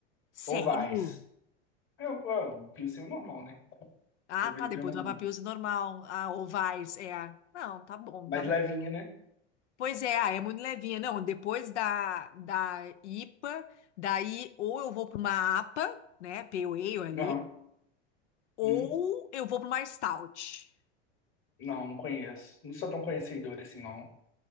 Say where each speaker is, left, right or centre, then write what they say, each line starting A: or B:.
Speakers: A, on the left; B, on the left.
A: Sério?
B: Ou Weiss. É, ó, Pilsen é normal, né?
A: Ah,
B: Cerveja
A: tá, depois
B: normal.
A: do lava-pills normal. Ah, ovais Vars, é. Não, tá bom,
B: Mais
A: tá bom.
B: levinha, né?
A: Pois é, ah, é muito levinha. Não, depois da, da IPA, daí ou eu vou para uma APA, né, Pale Ale ali,
B: Aham.
A: ou
B: Uhum.
A: eu vou para uma Stout.
B: Não, não conheço. Não sou tão conhecedor assim, não.